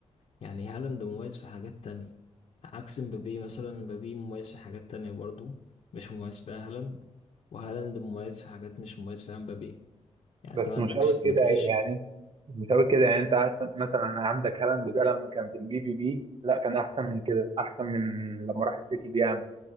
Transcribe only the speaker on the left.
يعني هالاند مميز في حاجات تانية عكس مبابي مثلا مبابي مميز في حاجات تانية برضو مش مميز فيها هالاند وهالاند مميز في حاجات مش مميز فيها مبابي يعني
انت ما عندكش
ما تلاقيش